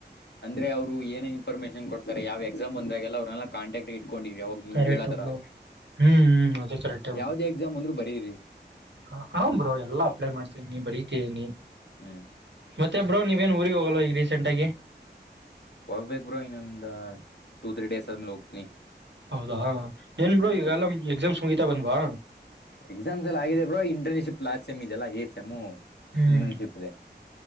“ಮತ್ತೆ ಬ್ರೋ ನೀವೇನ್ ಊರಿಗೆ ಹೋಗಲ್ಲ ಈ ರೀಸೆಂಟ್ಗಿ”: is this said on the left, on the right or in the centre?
Right